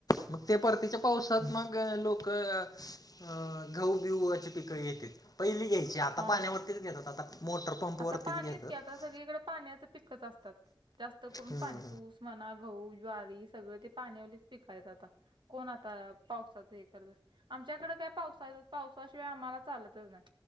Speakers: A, on the left; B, on the right.
A: मग ते परतीच्या पावसात मग लोक अं गहू बिहूची पिकं येते पहिली घ्यायची आता
B: हा
A: पाण्यावरतीच घेतात आता मोटर पंप
B: आता
A: वरतीच
B: पाणीच
A: घेतात
B: की आता सगळीकडे पाण्याच पिकच असतात जास्त करून
A: हम्म
B: पाणीच ऊस. मना गहू ज्वारी सगळं ते पाण्या वलीच पिकायेत आता. कोण आता पावसाचे हे करल आमच्याकडे काय पावसाळ्यात पावसाशीवाय आम्हाला चालतच नाही.